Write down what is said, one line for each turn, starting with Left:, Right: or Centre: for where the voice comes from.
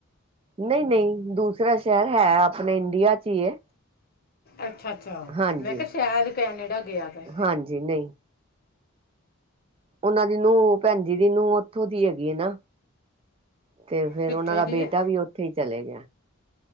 Right: ਨਹੀਂ- ਨਹੀਂ ਦੂਸਰਾ ਸ਼ਹਿਰ ਹੈ ਆਪਣੇ ਇੰਡੀਆ ਚ ਹੀ ਹੈ।
Left: ਅੱਛਾ -ਅੱਛਾ
Right: ਹਾਂਜੀ
Left: ਮੈਂ ਕਿਹਾ ਸ਼ਹਿਦ ਕੈਨੇਡਾ ਗਿਆ ਪ
Right: ਹਾਂਜੀ ਨਹੀਂ ਉਹਨਾਂ ਦੀ ਨੂੰਹ ਭੈਣ ਜੀ ਦੀ ਨੂੰਹ ਉੱਥੋਂ ਦੀ ਹੈਗੀ ਆ ਨਾ- ਤੇ ਫਿਰ
Left: ਕਿੱਥੋਂ
Right: ਉਹਨਾਂ ਦਾ
Left: ਦੀ
Right: ਬੇਟਾ
Left: ਹੈ
Right: ਵੀ ਉੱਥੇ ਹੀ ਚਲੇ ਗਿਆ